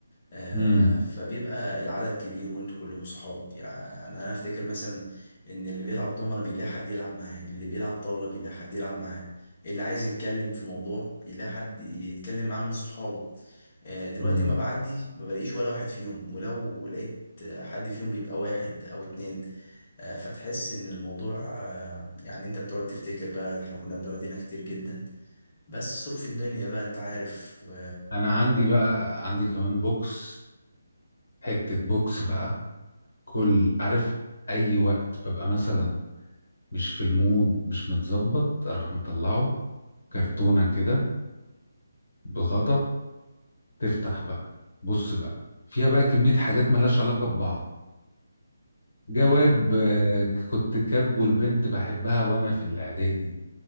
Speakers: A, on the left (about 40°); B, on the left (about 70°).
A: آه،
B: امم
A: فبيبقى العدد كبير وانتوا كلكم صحاب يعني انا افتكر مثلا ان اللي بيلعب دومنة بيلاقي حد يلعب معاه اللي بيلعب طاولة بيلاقي حد يلعب معاه اللي عايز يتكلم في موضوع بيلاقي حد يتكلم معاه من صحابه آه، دلوقتي
B: امم
A: ما بعدي ما بلاقيش ولا واحد فيهم ولو لقيت آه، حد فيهم بيبقى واحد او اتنين آه، فتحس ان الموضوع آه، يعني انت بتقعد تفتكر بقى احنا كنا بنقعد هنا كتير جدا بس ظروف الدنيا بقى انت عارف و...
B: انا عندي آه، بقى عندي كمان بوكس حتة بوكس بقى كل عارف اي وقت ببقى مثلا مش في المود مش متظبط اروح مطلعه كرتونة كده بغطا تفتح بقى بص بقى فيها بقى كمية حاجات ملهاش علاقة ببعض جواب
A: مم.
B: آه، كنت كاتبه لبنت بحبها وانا في الاعدادي